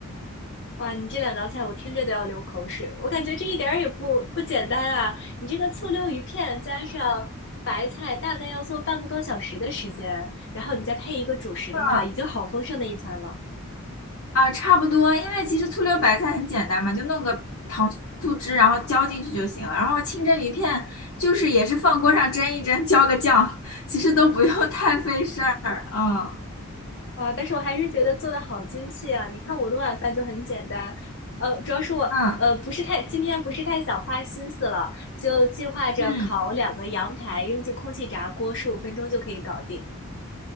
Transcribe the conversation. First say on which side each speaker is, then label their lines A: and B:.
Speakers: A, on the left; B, on the left.
A: 哇，你这两道菜我听着都要流口水，我感觉这一点儿也不不简单啊！你这个醋溜鱼片加上白菜，大概要做半个多小时的时间，然后你再配一个主食的话，
B: 嗯
A: 已经好丰盛的一餐了。
B: 啊，差不多，因为其实醋溜白菜很简单嘛，就弄个糖醋汁，然后浇进去就行了。然后清蒸鱼片就是也是放锅上蒸一蒸，浇个酱，其实都不用 <laughs> 太费事儿。嗯
A: 哇，但是我还是觉得做的好精细啊！你看我的晚饭就很简单，呃，主要是我呃不是太今天不是太想花心思了，
B: 嗯
A: 就计划着烤两个羊排，
B: 嗯。
A: 扔进空气炸锅，十五分钟就可以搞定。